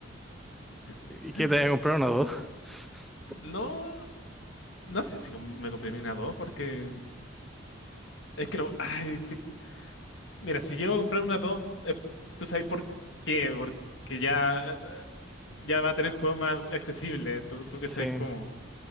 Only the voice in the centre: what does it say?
¿Y qué te voy a comprar una o dos? <laughs>
Sí,